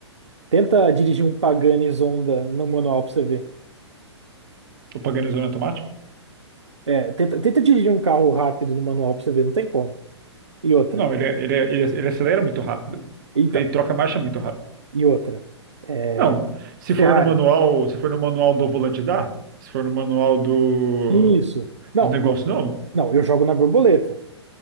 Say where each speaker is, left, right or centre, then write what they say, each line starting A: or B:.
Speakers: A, on the right; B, on the right.
A: Tenta dirigir um Pagani Zonda no manual pra você ver.
B: O Paganizando automático?
A: É, tenta, tenta dirigir um carro rápido no manual pra você ver, não tem como. E outra.
B: Não, ele, é- ele, é- ele, é- ele acelera muito rápido.
A: Então,
B: Ele troca marcha muito rápido.
A: e outra. É,
B: Não, se
A: Ferrari.
B: for no manual, se for no manual do volante dá. Se for no manual do,
A: Isso. Não,
B: do negócio,
A: o-
B: não.
A: não, eu jogo na borboleta.